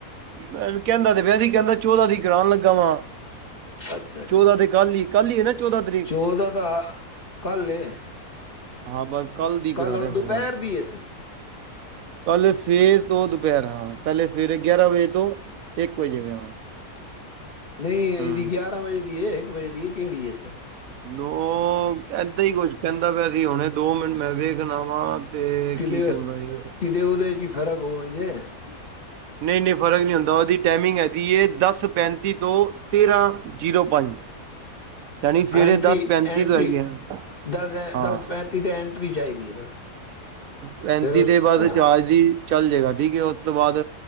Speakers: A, on the right; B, on the left.
A: ਮੈਨ ਕਹਿੰਦਾ ਤੇ ਪਆ ਸੀ ਕਹਿੰਦਾ ਚੌਦਾਂ ਦੀ ਕਰਾਣ ਲੱਗਾ ਵਾਂ।
B: ਅੱਛਾ-ਅੱਛਾ।
A: ਚੌਦਾਂ ਤੇ ਕੱਲ ਹੀ ਕੱਲ ਹੀ ਹੈ ਨਾ ਚੌਦਾਂ ਤਰੀਕ?
B: ਚੌਦਾਂ ਤਾਂ ਕੱਲ ਏ।
A: ਹਾਂ ਬਸ। ਦੀ
B: ਕੱਲ
A: ਕਰਾ
B: ਹੁਣ
A: ਰਿਹਾ
B: ਦੁਪਹਿਰ
A: ਫਿਰ ਹਾਂ।
B: ਦੀ ਏਸ।
A: ਕੱਲ ਸਵੇਰ ਤੋਂ ਦੁਪਹਿਰ ਹਾਂ ਪੈਲੇ ਸਵੇਰੇ ਗਿਆਰਾਂ ਵਜੇ ਤੋਂ ਏਕ ਵਜੇ ਵੇ ਹਾਂ।
B: ਨਹੀਂ ਏਦੀ
A: ਹੂੰ।
B: ਗਿਆਰਾਂ ਵਜੇ ਦੀ ਏ ਹੇਕ ਵਜੇ ਦੀ। ਕੇੜੀ ਏਸ?
A: ਉਹ ਏਦਾਂ ਹੀ ਕੁਛ ਕਹਿੰਦਾ ਪਿਆ ਸੀ ਆਉਣਾ। ਦੋ ਮਿੰਟ ਮੈਂ ਵੇਖ ਲਵਾਂ ਤੇ,
B: ਕਿਤੇ
A: ਕੀ ਕਹਿੰਦਾ ਸੀ
B: ਕਿਤੇ ਉਹਦੇ ਚ ਹੀ <unintelligible>
A: ਨਹੀਂ ਨਹੀਂ ਫਰਕ ਨਹੀਂ ਹੁੰਦਾ ਉਹ ਇਹਦੀ ਟਾਈਮਿੰਗ ਹੈਗੀ ਏ ਦਸ ਪੈਂਤੀ ਤੋਂ ਤੇਰਾਂ ਜ਼ੀਰੋ ਪੰਜ ਯਾਨੀ ਸਵੇਰੇ
B: ਐਂਟਰੀ
A: ਦਸ ਪੈਂਤੀ
B: ਐਂਟਰੀ
A: ਤੋਂ ਹੈਗੇ ਆ।
B: ਦਸ
A: ਹਾਂ।
B: ਦਸ ਪੈਂਤੀ ਤੇ ਐਂਟਰੀ ਚਾਹੀਦੀ। ਹੈ ਨਾ
A: ਪੈਂਤੀ
B: ਫਿਰ ਉਸ
A: ਦੇ ਬਾਅਦ
B: ਹਾਂ
A: ਚਾਰ ਦੀ ਚੱਲ ਜਾਏਗਾ, ਠੀਕ ਹੈ, ਉਸ ਤੋਂ ਬਾਅਦ